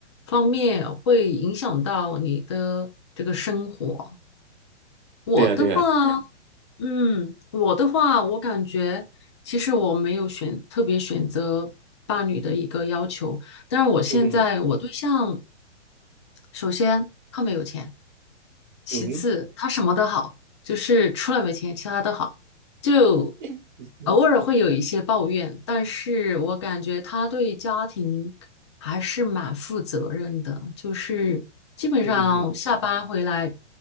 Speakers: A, on the left; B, on the right.
A: 方面会影响到你的这个生活。我的话，
B: 对啊对啊，
A: 嗯，我的话，我感觉其实我没有选特别选择伴侣的一个要求，但是我现在我对象，
B: 嗯哼
A: 首先他没有钱，其次他什么都好，
B: 嗯哼，
A: 就是除了没钱，其他都好。就
B: 诶，那
A: 偶尔会有一些抱怨，但是我感觉他对家庭还是蛮负责任的，就是基本上下班回来
B: 嗯哼，